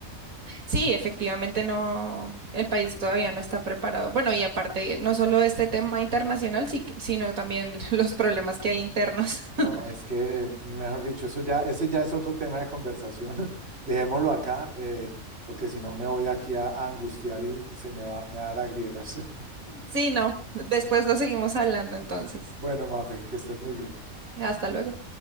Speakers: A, on the right; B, on the right.
A: Sí, efectivamente no, el país todavía no está preparado. Bueno, y aparte, no solo este tema internacional, sí- sino también <laughs> los problemas que hay internos.
B: No,
A: <laughs>
B: es que, mejor dicho, eso ya, ese ya es otro tema de conversación. <laughs> Dejémoslo acá, eh, porque si no me voy aquí a, a angustiar y, se me va, me va a dar agrieras. <laughs>
A: Sí, no, después lo seguimos hablando entonces.
B: Bueno, Mafe, que estés muy bien.
A: Hasta luego.